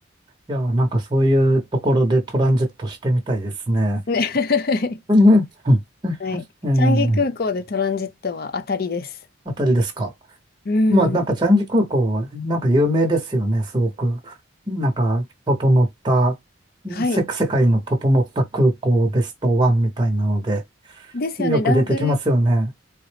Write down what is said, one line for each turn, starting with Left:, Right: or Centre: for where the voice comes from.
Right: え、いや、なんかそういうところでトランジットしてみたいですね。
Left: <laughs>
Right: <laughs>
Left: はい。
Right: ええ、
Left: チャンギ空港でトランジットは当たりです。
Right: あたりですか。
Left: うん。
Right: まあ、なんか、ジャンジ空港、なんか有名ですよね、すごく。なんか、整った、
Left: はい。
Right: せ、世界の整った空港ベストワンみたいなので、
Left: ですよね。
Right: よく出てきますよね。
Left: ランク